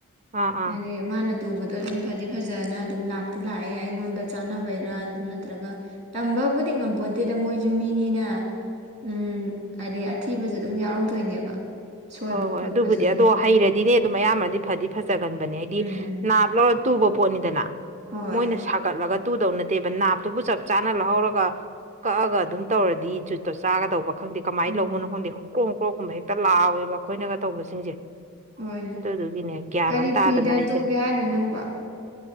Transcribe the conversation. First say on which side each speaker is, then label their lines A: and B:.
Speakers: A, on the right; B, on the right.
A: ꯑꯥ ꯑꯥ
B: ꯍꯥꯏꯗꯤ ꯃꯥꯅ ꯇꯨꯕꯗꯣ ꯑꯗꯨꯝ ꯐꯗꯤ ꯐꯖꯅ ꯑꯗꯨꯝ ꯂꯥꯛꯇꯤ ꯂꯥꯛꯑꯦ ꯑꯩꯉꯣꯟꯗ ꯆꯥꯟꯅꯕꯩꯔꯥ ꯅꯠꯇ꯭ꯔꯒ ꯇꯝꯕꯕꯨꯗꯤ ꯉꯝꯄꯣꯠꯇꯦꯗ ꯃꯣꯏꯁꯨ ꯃꯤꯅꯤꯅ ꯎꯝ ꯍꯥꯏꯗꯤ ꯊꯤꯕꯁꯨ ꯑꯗꯨꯝ ꯌꯥꯎꯔꯛꯇꯣꯏꯅꯦꯕ ꯁꯣꯏꯕ
A: ꯍꯣꯏ ꯍꯣꯏ
B: ꯈꯣꯠꯄꯁꯨ
A: ꯑꯗꯨꯕꯨꯗꯤ
B: ꯑꯗꯨꯝ
A: ꯑꯗꯣ ꯍꯩꯔꯗꯤꯅꯦ ꯑꯗꯨꯝ ꯑꯌꯥꯝꯕꯅꯗꯤ ꯐꯗꯤ ꯐꯖꯒꯟꯕꯅꯦ ꯍꯥꯏꯗꯤ
B: ꯎꯝ
A: ꯅꯥꯞ ꯂꯧꯔ ꯇꯨꯕ ꯄꯣꯠꯅꯤꯗꯅ
B: ꯍꯣꯏ
A: ꯃꯣꯏꯅ ꯁꯥ ꯀꯠꯂꯒ ꯇꯨꯗꯧ ꯅꯠꯇꯦꯕ ꯅꯥꯞꯇꯨꯕꯨ ꯆꯞ ꯆꯥꯅ ꯂꯧꯍꯧꯔꯒ ꯀꯛꯑꯒ ꯑꯗꯨꯝ ꯇꯧꯔꯗꯤ ꯖꯨꯠꯇꯣ ꯆꯥꯒꯗꯧꯕ ꯈꯪꯗꯦ ꯀꯃꯥꯏ
B: ꯎꯝ
A: ꯂꯧꯕꯅꯣ ꯈꯪꯗꯦ ꯍꯣꯡꯀ꯭ꯔꯣꯛ ꯍꯣꯡꯀ꯭ꯔꯣꯛꯀꯨꯝꯕ ꯍꯦꯛꯇ ꯂꯥꯎꯋꯦꯕ ꯑꯩꯈꯣꯏꯅꯒ ꯇꯧꯕꯁꯤꯡꯁꯦ
B: ꯍꯣꯏꯅꯦ
A: ꯑꯗꯨꯗꯨꯒꯤꯅꯦ ꯒ꯭ꯌꯥꯟ
B: ꯀꯔꯤ
A: ꯑꯃ ꯇꯥꯗꯅ
B: ꯐꯤꯗ
A: ꯑꯩꯁꯦ
B: ꯇꯨꯒꯦ ꯍꯥꯏꯅꯣ ꯅꯪꯕꯣ